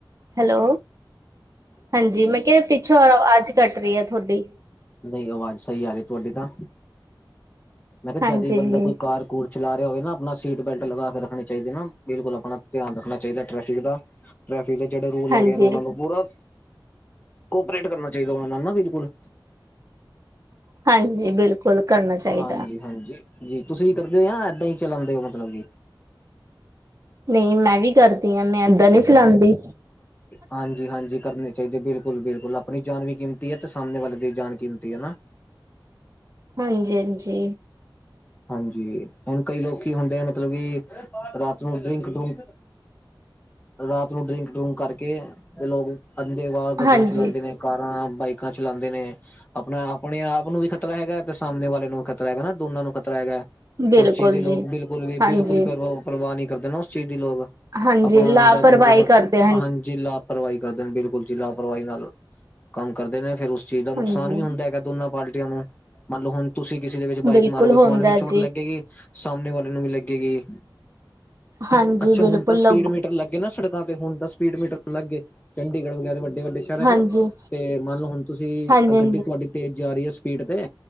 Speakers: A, on the right; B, on the left.
A: ਹੈਲੋ, ਹਾਂਜੀ ਮੈਂ ਕਿਆ ਫਿ ਛੋਰਾ, ਵਾਜ ਕੱਟ ਰਈ ਐ ਥੋਡੀ।
B: ਨਈਂ ਆਵਾਜ਼ ਸਈ ਆ ਰਈ ਤੁਆਡੀ ਤਾਂ। ਮੈਂ ਕਿਆ
A: ਹਾਂਜੀ-ਹਾਂਜੀ
B: ਜਦ ਵੀ ਬੰਦਾ ਕੋਈ ਕਾਰ ਕੂਰ ਚਲਾ ਰਿਆ ਹੋਵੇ ਨਾ ਆਪਨਾ ਸੀਟ ਬੈਲਟ ਲਗਾ ਕੇ ਰੱਖਨੀ ਚਾਈਦੀ ਨਾ, ਬਿਲਕੁਲ ਆਪਨਾ ਧਿਆਨ ਰੱਖਨਾ ਚਾਈਦਾ ਟ੍ਰੈਫਿਕ ਦਾ। ਟ੍ਰੈਫਿਕ ਦੇ ਜੇੜੇ ਰੂਲ
A: ਹਾਂਜੀ
B: ਹੈਗੇ ਨੇ ਓਨਾਂ ਨੂੰ ਪੂਰਾ ਕੋਪਰੇਟ ਕਰਨਾ ਚਾਈਦਾ ਓਨਾਂ ਨੂੰ ਨਾ ਬਿਲਕੁਲ।
A: ਹਾਂਜੀ ਬਿਲਕੁਲ ਕਰਨਾ ਚਾਈਦਾ।
B: ਹਾਂਜੀ ਹਾਂਜੀ। ਜੀ ਤੁਸੀਂ ਵੀ ਕਰਦੇ ਓਂ ਜਾਂ ਏਦਾਂ ਈ ਚਲਾਂਦੇ ਓਂ ਮਤਲਬ ਕੀ।
A: ਨਈਂ ਮੈਂ ਵੀ ਕਰਦੀ ਆਂ, ਮੈਂ ਏਦਾਂ ਨੀ ਚਲਾਂਦੀ।
B: ਹਾਂਜੀ-ਹਾਂਜੀ ਕਰਨੇ ਚਾਈਦੇ ਬਿਲਕੁਲ-ਬਿਲਕੁਲ ਆਪਨੀ ਜਾਨ ਵੀ ਕੀਮਤੀ ਐ ਤੇ ਸਾਮਣੇ ਵਾਲੇ ਦੀ ਜਾਨ ਕੀਮਤੀ ਐ ਨਾ।
A: ਹਾਂਜੀ-ਹਾਂਜੀ।
B: ਹਾਂਜੀ, ਹੁਨ ਕਈ ਲੋਕੀ ਹੁੰਦੇ ਆ ਮਤਲਬ ਕੀ ਰਾਤ ਨੂੰ ਡਰਿੰਕ- ਡਰੂੰਕ ਰਾਤ ਨੂੰ ਡਰਿੰਕ-ਡਰੂੰਕ ਕਰਕੇ ਤੇ ਲੋਕ ਅੰਨੇਵਾਅ ਗੱਡੀਆਂ
A: ਹਾਂਜੀ-ਹਾਂਜੀ
B: ਚਲਾਂਦੇ ਨੇ, ਕਾਰਾਂ ਬਾਈਕਾਂ ਚਲਾਂਦੇ ਨੇ। ਆਪਨਾ ਆਪਨੇ ਆਪ ਨੂੰ ਵੀ ਖ਼ਤਰਾ ਹੈਗਾ ਤੇ ਸਾਮਣੇ ਵਾਲੇ ਨੂੰ ਵੀ ਖ਼ਤਰਾ ਹੈਗਾ ਨਾ ਦੋਨਾਂ ਨੂੰ ਖ਼ਤਰਾ ਹੈਗਾ।
A: ਬਿਲਕੁਲ
B: ਉਸ ਚੀਜ਼ ਦੀ ਲੋਕ
A: ਜੀ
B: ਬਿਲਕੁਲ ਵੀ
A: ਹਾਂਜੀ
B: ਬਿਲਕੁਲ ਪਰਵਾਹ ਨੀ ਕਰਦੇ ਨਾ ਓਸ ਚੀਜ਼ ਦੀ ਲੋਗ।
A: ਹਾਂਜੀ
B: ਹੁਨ ਆਂਦਾ
A: ਲਾਪਰਵਾਹੀ
B: ਦੂੰਦ ਮਤਲਬ
A: ਕਰਦੇ
B: ਹਾਂਜੀ ਲਾ ਲਾਪਰਵਾਈ ਕਰਦੇ ਨੇ ਬਿਲਕੁਲ ਜੀ ਲਾਪਰਵਾਈ ਨਾਲ ਕੰਮ ਕਰਦੇ ਨੇ ਫਿਰ ਉਸ ਚੀਜ਼ ਦਾ ਨੁਕਸਾਨ
A: ਹਾਂਜੀ
B: ਵੀ ਹੁੰਦਾ ਹੈਗਾ ਦੋਨਾਂ ਪਾਲਟੀਆਂ ਨੂੰ। ਮੰਨਲੋ ਹੁਨ ਤੁਸੀਂ ਕਿਸੇ ਦੇ ਵਿੱਚ ਬਾਈਕ
A: ਬਿਲਕੁਲ
B: ਮਾਰੋਗੇ
A: ਹੁੰਦਾ
B: ਤਆਨੂੰ ਵੀ
A: ਜੀ
B: ਚੋਟ ਲੱਗੇਗੀ। ਸਾਮਣੇ ਵਾਲੇ ਨੂੰ ਵੀ ਲੱਗੇਗੀ।
A: ਹਾਂਜੀ
B: ਅੱਛਾ
A: ਬਿਲਕੁਲ
B: ਹੁਣ ਤਾਂ ਸਪੀਡ
A: ਲ
B: ਮੀਟਰ ਲੱਗੇਏ ਨਾ ਸੜਕਾਂ ਤੇ ਹੁਣ ਤਾਂ ਸਪੀ ਮੀਟਰ ਲੱਗਗੇ, ਚੰਡੀਗੜ੍ਹ ਵਗੈਰਾ ਵੱਡੇ-ਵੱਡੇ ਸ ਚਲਾ ਜਾਉ,
A: ਹਾਂਜੀ
B: ਤੇ ਮੰਨ ਲੋ ਹੁਣ ਤੁਸੀਂ
A: ਹਾਂਜੀ
B: ਗੱਡੀ ਤੁਹਾਡੀ ਤੇਜ਼ ਜਾ ਰਹੀ ਅੇ ਸਪੀਡ ਤੇ,